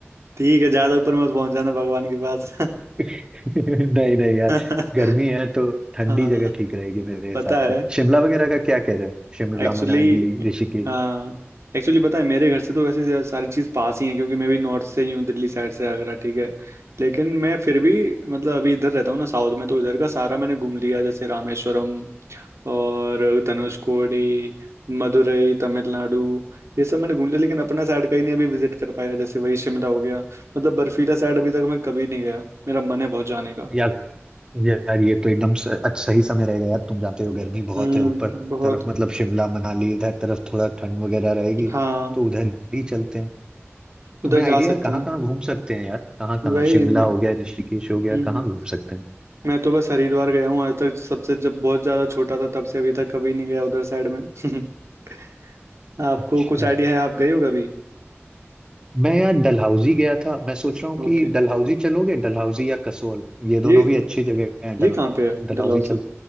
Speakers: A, on the right; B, on the right.
A: ठीक है ज्यादा ऊपर मत पहुंच जाना भगवान के पास
B: <laughs> नहीं नहीं यार
A: <laughs>
B: गर्मी है तो ठंडी
A: हाँ
B: जगह ठीक रहेगी मेरे हिसाब
A: पता है
B: से शिमला वगैरह का क्या कह रहे हो शिमला
A: एक्चुअली
B: मनाली ऋषिकेश
A: हाँ एक्चुअली पता है मेरे घर से तो वैसे ज्यादा सारी चीज़ पास ही है क्योंकि मैं भी नॉर्थ से ही हूँ दिल्ली साइड से आगरा ठीक है लेकिन मैं फिर भी मतलब अभी इधर रहता हूँ ना साउथ में तो इधर का सारा मैंने घूम लिया जैसे रामेश्वरम और धनुषकोडी मदुरई तमिलनाडु ये सब मैंने घूम लिया लेकिन अपना साइड का ही नहीं अभी विजिट कर पाया जैसे वही शिमला हो गया मतलब बर्फीला साइड अभी तक मैं कभी नहीं गया मेरा मन है बहुत जाने का
B: यार यार ये तो एकदम स- अच्छा सही समय रहेगा यार तुम जानते हो गर्मी बहुत
A: हम्म
B: है ऊपर
A: बहुत
B: तरफ मतलब शिमला मनाली इधर तरफ थोड़ा ठंड वगैरह रहेगी
A: हाँ
B: तो उधर ही चलते हैं
A: उधर
B: तुम्हें आइडिया
A: जा सकते
B: है कहाँ
A: हैं
B: कहाँ घूम सकते हैं यार कहाँ कहाँ
A: वही
B: शिमला
A: मैं-
B: हो गया ऋषिकेश हो गया
A: हम्म
B: कहाँ घूम सकते हैं
A: मैं तो बस हरिद्वार गया हूँ आज तक सबसे जब बहुत ज्यादा छोटा था तब से अभी तक कभी नहीं गया उधर साइड में <laughs> आपको
B: अच्छा
A: कुछ आइडिया है आप गए हो कभी
B: मैं यार डलहौजी गया था मैं सोच रहा हूँ कि
A: ओके
B: डलहौजी चलोगे डलहौजी या कसोल ये
A: ये
B: दोनों भी अच्छी जगह हैं
A: ये
B: डल
A: कहाँ पे है
B: डलहौजी
A: डलहौजी
B: चल